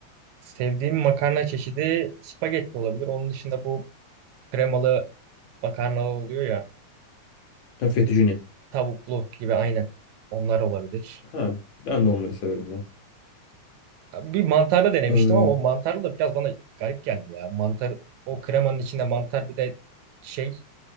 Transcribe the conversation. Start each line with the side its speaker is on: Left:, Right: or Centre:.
Right: Sevdiğim makarna çeşidi spagetti olabilir. Onun dışında bu kremalı makarna oluyor ya.
Left: Ha, fettuccine.
Right: Tavuklu gibi aynen. Onlar olabilir.
Left: Ha, ben de onları severim ya.
Right: Bir mantarlı denemiştim
Left: Ee,
Right: ama o mantarlı da biraz bana garip geldi ya. Mantar o kremanın içinde mantar bir de şey